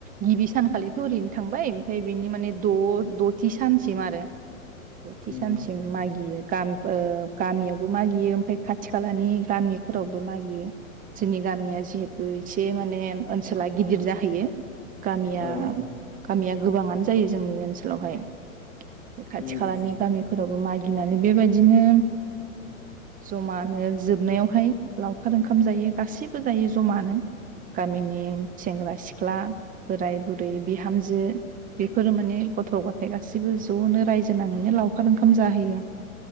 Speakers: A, on the right; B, on the left.
A: गिबि सानखालिथ' ओरैनो थांबाय ओमफाय बेनि माने द-दथि सानसिम आरो। दथि
B: उम
A: सानसिम मागियो गाम ओ गामियावबो मागियो ओमफाय खाथि खालानि गामिफोरावबो मागियो जोंनि गामिया जिहेथु एसे से मासे ओनसोला गिदिर जाहैयो। गामिया
B: औ
A: गामिया गोबाङानो जायो जोंनि ओनसोलावहाय। फाय खाथि
B: उम
A: खालानि गामिफोरावबो मागि गिनानै बेबायदिनो जमानो जोबनायावहाय लावखार ओंखाम जायो गासैबो जायो जमानो। गामिनि सेंग्रा सिख्ला बोराय बुरै बिहामजो बेफोरो माने गथ'-गथाय गासैबो जनो रायजो नाङैनो लावखार ओंखाम जाहोयो।